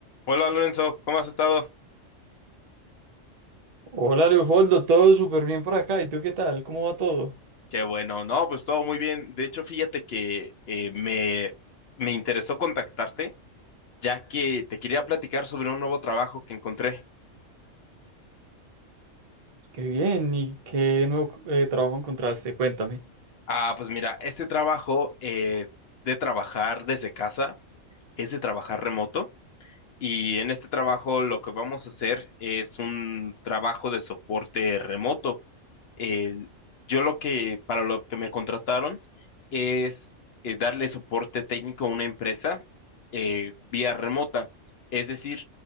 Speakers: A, on the left; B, on the right.
A: Hola Lorenzo, ¿cómo has estado?
B: Hola Leopoldo, todo súper bien por acá. ¿Y tú qué tal? ¿Cómo va todo?
A: Qué bueno, no, pues todo muy bien. De hecho, fíjate que eh, me, me interesó contactarte, ya que te quería platicar sobre un nuevo trabajo que encontré.
B: Qué bien. ¿Y qué nuevo eh, trabajo encontraste? Cuéntame.
A: Ah, pues mira, este trabajo es de trabajar desde casa, es de trabajar remoto. Y en este trabajo lo que vamos a hacer es un trabajo de soporte remoto. El- yo lo que, para lo que me contrataron es eh, darle soporte técnico a una empresa eh, vía remota. Es decir,